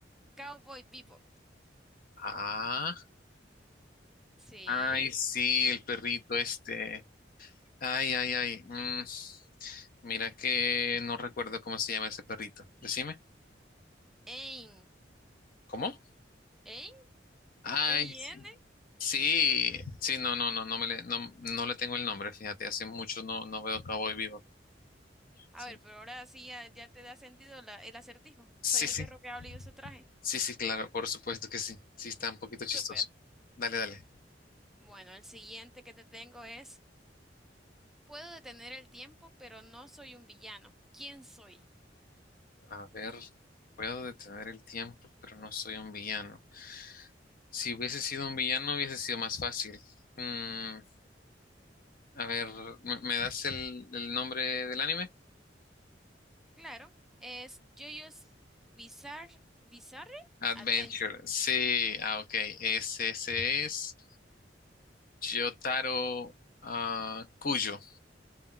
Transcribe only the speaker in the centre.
Cowboy Bebop.
Sí.
Ein.
Ein.
E-I-N.
A
ver, pero ahora sí ya, ya te da sentido la- el acertijo.
Soy un
perro que habla y uso traje.
Súper.
Bueno, el siguiente que te tengo es, puedo detener el tiempo, pero no soy un villano. ¿Quién soy?
Claro, es JoJo's Bizarre, Bizarre
Adventure.